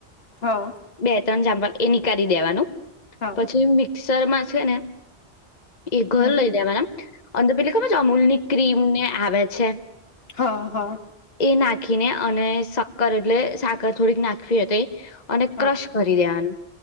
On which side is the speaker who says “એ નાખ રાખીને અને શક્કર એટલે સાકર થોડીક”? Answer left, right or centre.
Left